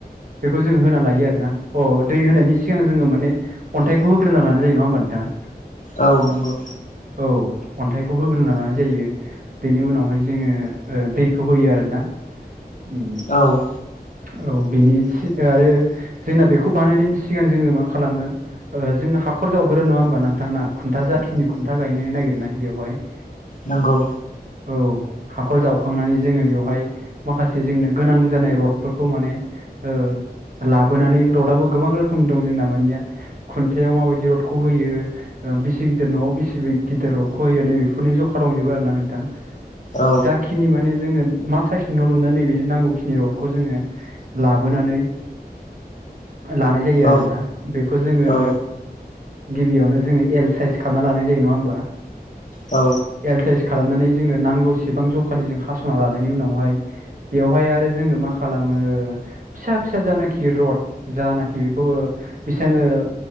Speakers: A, on the right; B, on the left.
A: बेखौ जोङो होना लायो आरो ना अ दै होनायनि सिगां जोङो माने अन्थाइखौ होग्रोना लानायायो नङा होमबा नोंथां?
B: औ नंगौ।
A: औ अन्थाइखौ होग्रोना लानाय जायो। बेनि उनावहाय जोङो ओ दैखौ होयो आरोना। उम।
B: औ।
A: औ बिनि आरो जोंना बेखौ बानायनायनि सिगां जोङो मा खालामो ओ जोंङो हाखर जावगोरो नङा होमबा नोंथांना खुन्था जाखिनि खुन्था गायनो नागिरनाय बेवहाय। <inaudible>
B: नोंगौ।
A: औ हाखर जावखांनानै जोङो बेवहाय माखासे जोंनो गोनां जानाय र'ड फोरखौ माने ओ लाबोनानै रडआबो गोबां रोखोमनि दं जोंना मानि खुन्थायाव माबायदि रडखौ होयो ओ बिसि गिदिर न'आव बिसि गिदिर रडखौ हैनानै बेफोरनि जखा दंजोबो आरोना नोंथां।
B: औ
A: जाखिनि माने जोङो मा साइसनि न' लुनो नैबे नांगौखिनि रड खौ जोङो लाबोनानै लानाय जायो आरोना
B: औ
A: बेखौ जोङो
B: औ
A: गिबियावनो जोङो एल साइस खालामना लानाय जायो नङा होमबा?
B: औ।
A: एलसाइस खालामनानै जोङो नांगौसेबां जखानि जों हास'ना लानायनि उनावहाय बेवहाय आरो जोङो मा खालामो ओ फिसा फिसा जानाखि रड जानाखि बेखौ ओ बेसेयां ओ